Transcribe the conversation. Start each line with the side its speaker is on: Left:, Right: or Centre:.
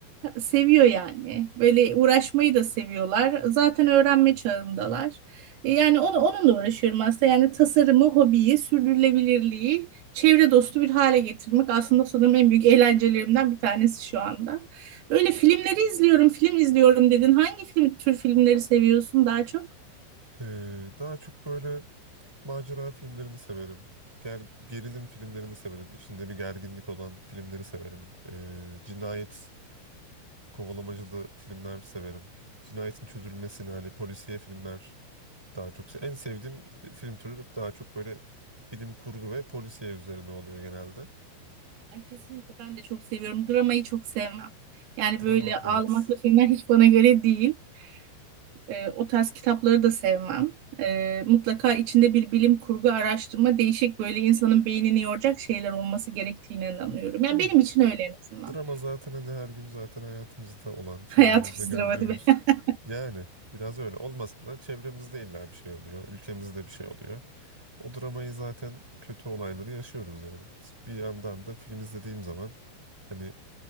Right: Seviyor yani. Böyle uğraşmayı da seviyorlar. Zaten öğrenme çağındalar. E, Yani onu, onunla uğraşıyorum aslında. Yani tasarımı, hobiyi, sürdürülebilirliği, çevre dostu bir hale getirmek aslında sanırım en büyük eğlencelerimden bir tanesi şu anda. Öyle filmleri izliyorum, film izliyorum dedin. Hangi film, tür filmleri seviyorsun daha çok?
Centre: Ee, daha çok böyle macera filmlerini severim. Ger- gerilim filmlerini severim. İçinde bir gerginlik olan filmleri severim. Ee, cinayet kovalamacılı filmler severim. Cinayetin çözülmesini hani polisiye filmler daha çok se- en sevdiğim e, film türü daha çok böyle bilim kurgu ve polisiye üzerine oluyor genelde.
Right: Ay, kesinlikle ben de çok seviyorum. Dramayı çok sevmem. Yani
Centre: Drama
Right: böyle
Centre: evet.
Right: ağlamaklı filmler hiç bana göre değil. E, o tarz kitapları da sevmem. E, mutlaka içinde bir bilim kurgu araştırma, değişik böyle insanın beynini yoracak şeyler olması gerektiğine inanıyorum. Yani
Centre: Yani
Right: benim için öyle en azından.
Centre: Drama zaten hani her gün zaten hayatımızda olan, çevremizde
Right: <laughs> Hayat bir sınava
Centre: gördüğümüz
Right: değil mi? <laughs>
Centre: yani biraz öyle olmasa da çevremizde illa bir şey oluyor, ülkemizde bir şey oluyor. O dramayı zaten kötü olayları yaşıyoruz yani. Bir yandan da film izlediğim zaman hani